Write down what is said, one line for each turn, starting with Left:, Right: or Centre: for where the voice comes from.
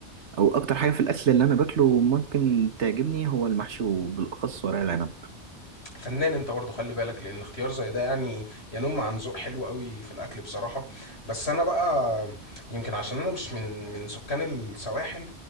Right: أو أكتر حاجة في الأكل اللي أنا باكله ممكن تعجبني هو المحشي وبالأخص ورق العنب
Left: فنان انت برضه خلي بالك لان اختيار زي ده يعني ينم عن ذوق حلو قوي في الاكل بصراحه بس انا بقى يمكن عشان انا مش من من سكان السواحل